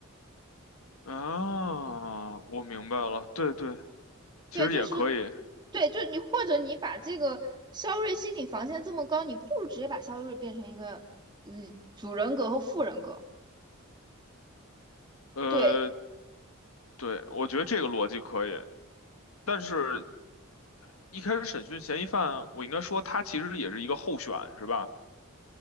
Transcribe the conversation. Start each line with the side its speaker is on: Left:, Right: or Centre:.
Left: 啊，我明白了，对对，
Right: 对，
Left: 其实也可以，
Right: 就是对，就你或者你把这个肖瑞心理防线这么高，你不如直接把肖瑞变成一个嗯主人格和副人格。
Left: 呃，
Right: 对，
Left: 对，我觉得这个逻辑可以，但是。一开始审讯嫌疑犯，我应该说他其实也是一个候选，是吧？